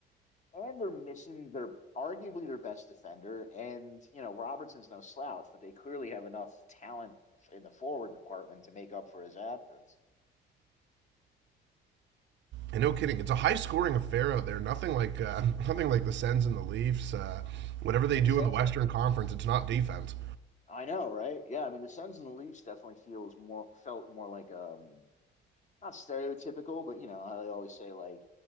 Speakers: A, on the left (about 35°); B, on the right (about 65°).
A: and they're missing their arguably their best defender. And you know Robertson's no slouch, but they clearly have enough talent in the forward department to make up for his absence.
B: And no kidding, it's a high scoring affair out there. Nothing like uh, <laughs> nothing like the Sens and the Leafs. Uh, whatever they
A: Yeah,
B: do
A: The Sens,
B: in the Western Conference, it's not defense.
A: I know, right? Yeah, I mean the Sens and the Leafs definitely feels more felt more like um not stereotypical, but you know how they always say like